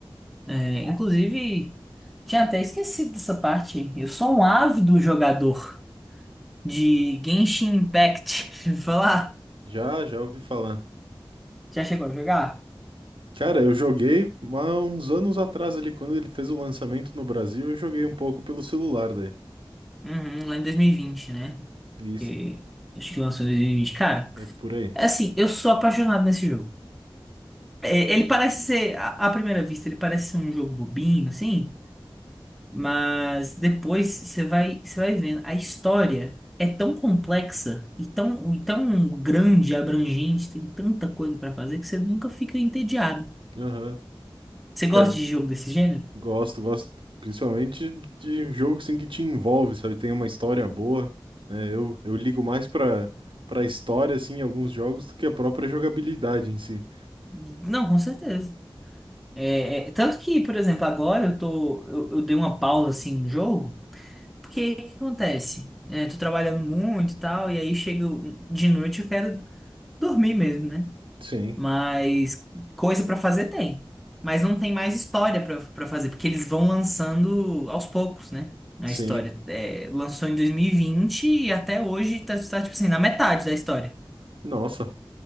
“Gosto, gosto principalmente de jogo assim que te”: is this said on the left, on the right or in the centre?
Right